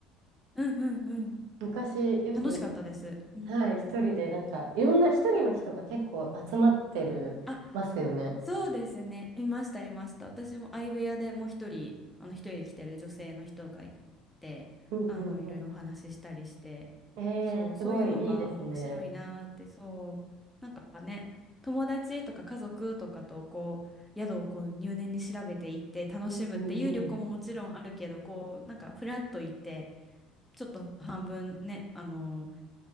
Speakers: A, in the centre; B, on the right.
A: うんうんうん。
B: 昔よく、
A: 楽しかったです。うん。
B: はい、一人でなんか、いろんな一人の人が結構集まってる、
A: あ、
B: ますよね。
A: そうですね。いました、いました。私も相部屋でもう一人、あの一人で来てる女性の人がいて、
B: うんうんうん。
A: あのいろいろお話ししたりして、
B: ええすごいいいですね。
A: そう、そういうのが面白いなーって、そう、なんかね、友達とか家族とかとこう宿をこう入念に調べていって楽しむっていう旅行ももちろんあるけど、
B: うんうんうん
A: こうなんかフラッと行って、ちょっと半分ね、あの